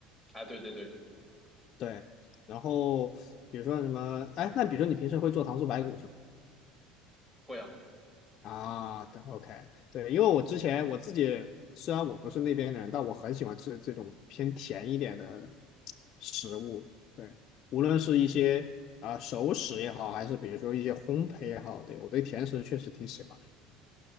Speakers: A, in the centre; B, on the left.
A: 哎，对对对，
B: 对，然后比如说什么，哎，那比如说你平时会做糖醋排骨是吗？
A: 会啊，
B: 啊，对，OK，对，因为我之前我自己虽然我不是那边人，但我很喜欢吃这种偏甜一点的食物。对，无论是一些啊、熟食也好，还是比如说一些烘焙也好，对，我对甜食确实挺喜欢的